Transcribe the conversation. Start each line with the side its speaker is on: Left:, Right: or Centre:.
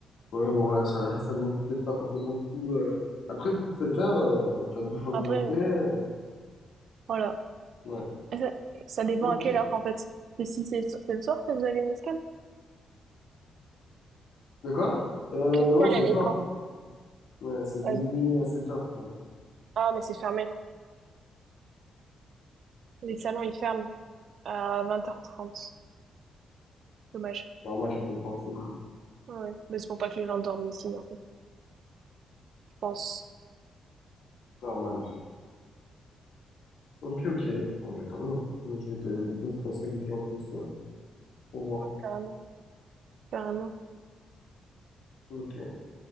Left: Ouais, bon, là, ça, <laughs> ça vaut peut-être pas forcément le coup. euh. Après, pour 7 heures, euh, t'as bouffe à
Right: Après,
Left: volonté. euh,
Right: voilà.
Left: Ouais,
Right: Et Ça, ça dépend
Left: ok.
Right: à quelle heure, en fait. C'est si c'est c'est le soir que vous avez une escale?
Left: De quoi? Euh,
Right: L'escale,
Left: ouais, c'est
Right: elle
Left: le soir.
Right: est quand?
Left: Ouais, c'est de
Right: Euh,
Left: minuit à 7 heures, quoi.
Right: ah, mais c'est fermé. Les salons, ils ferment à vingt heures trente Dommage.
Left: Normal, c'est compréhensible.
Right: Ouais, ouais. mais c'est pour pas que les gens dorment ici, en fait. Je pense.
Left: Normal. Ok, ok. Bon, bah, tant mieux. Donc, je vais te, je vais te stresser avec lui en plus, ouais, pour voir.
Right: Carrément. Carrément.
Left: Ok.